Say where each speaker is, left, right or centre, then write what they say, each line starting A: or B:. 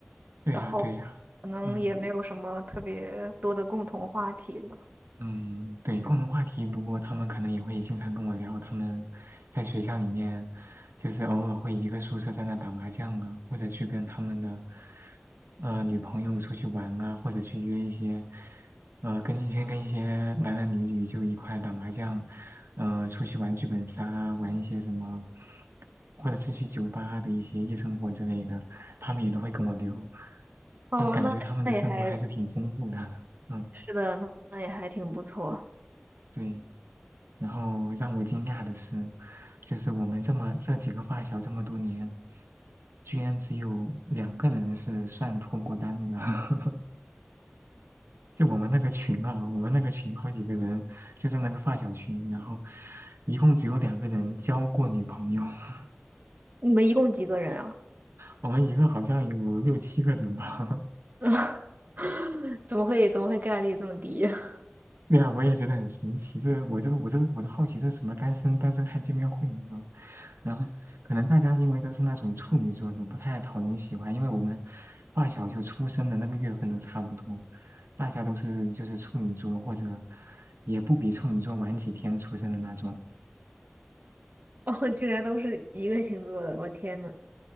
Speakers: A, on the right (about 90°); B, on the right (about 45°).
A: 对呀，
B: 然后
A: 对呀，
B: 可能也没有什么特别多的共同话题了。
A: 嗯。嗯，对，
B: 是
A: 共同话题，不过他们可能也会经常跟我聊，他们在学校里面，就是偶尔会一个宿舍在那打麻将啊，或者去跟他们的呃女朋友出去玩啊，或者去约一些呃跟一些跟一些男男女女就一块打麻将，呃，出去玩剧本杀啊，玩一些什么，或者是去酒吧的一些夜生活之类的，他们也都会跟我聊，
B: 哦，
A: 就感觉他们的生活还是挺丰富的，
B: 那那也还
A: <laughs> 嗯，
B: 是的，那那也还挺不错。
A: 对。然后让我惊讶的是，就是我们这么这几个发小这么多年，居然只有两个人是算脱过单的。<laughs> 就我们那个群啊，我们那个群好几个人，就是那个发小群，然后一共只有两个人交过女朋友，<laughs>
B: 你们一共几个人啊？
A: 我们一个好像有六七个人吧。
B: <laughs> 怎么会怎么会概率这么低呀？
A: 对呀，我也觉得很神奇。这我就我就我都好奇，这是什么单身单身汉见面会呢？然后可能大家因为都是那种处女座的，不太讨人喜欢，因为我们发小就出生的那个月份都差不多，大家都是就是处女座或者也不比处女座晚几天出生的那种，
B: <laughs> 哦，居然都是一个星座的，我天呐！